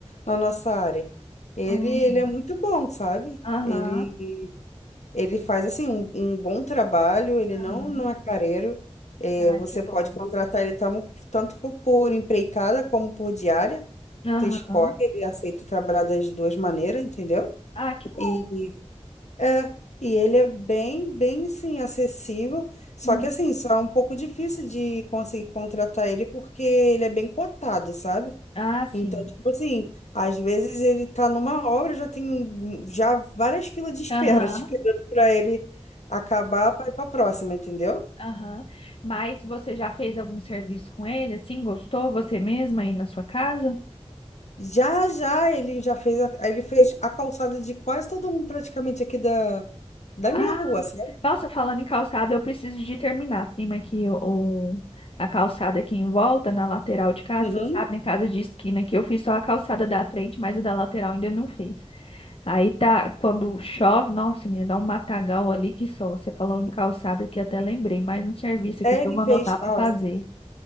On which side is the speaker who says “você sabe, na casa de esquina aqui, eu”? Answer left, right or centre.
Left